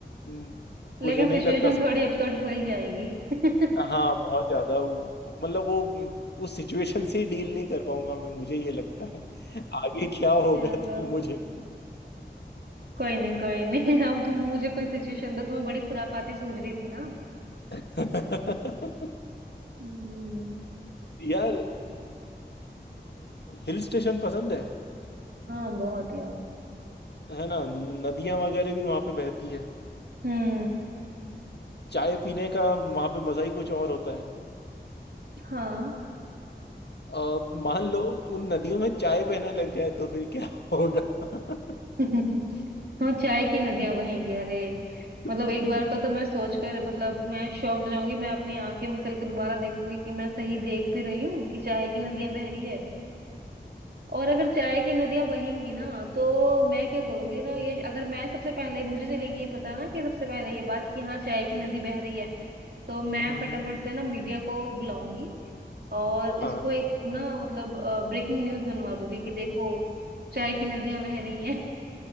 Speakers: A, on the left (about 70°); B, on the right (about 65°).
A: म,
B: लेकिन
A: मुझे नहीं
B: सिचुएशन
A: लगता
B: थोड़ी अपसेट हो ही जाएगी <laughs>
A: हाँ बहुत ज्यादा वो- मतलब वो उस सिचुएशन से डील नहीं कर पाऊंगा मैं मुझे ये लगता है आगे क्या होगा
B: चलो
A: तो मुझे नहीं।
B: कोई नहीं कोई नहीं <laughs> अब तुम मुझे कोई सिचुएशन दो तुम्हें बड़ी खुराफाती सूझ रही थी ना
A: <laughs>
B: हम्म,
A: यार हिल स्टेशन पसंद है
B: हाँ बहुत यार
A: है ना नदियां वगैरह भी वहां पे बहती है
B: हम्म
A: चाय पीने का वहां पे मजा ही कुछ और होता है
B: हाँ
A: अ, मान लो उन नदियों में चाय बहना लग जाए तो फिर क्या होगा
B: <laughs> हम चाय की नदियां बहेंगी अरे
A: <laughs>
B: मतलब एक बार को तो मैं सोचकर मतलब मैं शॉक्ड जाऊंगी मैं अपनी आंखें मसल के दोबारा देखूंगी कि मैं सही देख भी रही हूँ कि चाय की नदियां बह रही है और अगर चाय की नदियां बहेंगी ना तो मैं क्या करूंगी ना ये अगर मैं सबसे पहले मुझे चलेगी ये पता ना कि सबसे पहले ये बात कि हाँ चाय की नदी बह रही है तो मैं
A: हम्म
B: फटाफट से ना मीडिया को बुलाऊंगी और
A: हाँ
B: इसको एक ना मतलब ब्रेकिंग न्यूज बनवा दूंगी कि देखो चाय की नदियां बह रही हैं